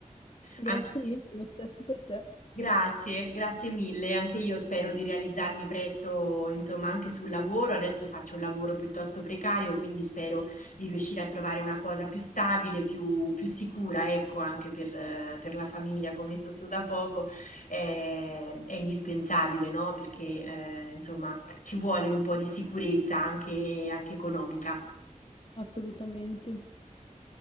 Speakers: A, on the left; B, on the left.
A: Grazie
B: Anche
A: mille, lo stesso per te,
B: Grazie, grazie mille. Anche io spero di realizzarmi presto, insomma, anche sul lavoro. Adesso faccio un lavoro piuttosto precario, quindi spero di riuscire a trovare una cosa più stabile, più, più sicura, ecco, anche per, eh, per la famiglia, come so so da poco, eh, è, indispensabile, no? Perché, eh, insomma, ci vuole un po' di sicurezza anche anche economica.
A: assolutamente.